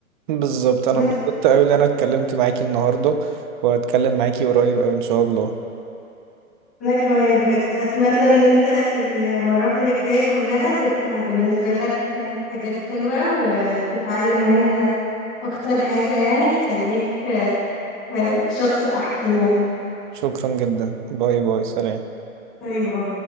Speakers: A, on the right (about 35°); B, in the centre.
A: بالظبط انا
B: بس
A: انبسطت قوي ان انا اتكلمت معاكي النهارده وهتكلم معاكي قريب قوي ان شاء الله
B: أنا كمان بجد أتمنى إن أنت المراحل الجاية كلها تبقى بالنسبة لك حاجات حلوة وتتعلم منها أكتر حاجة يعني تخليك آه، شخص أحسن يعني
A: شكرا جدا باي باي سلام
B: اي ما هو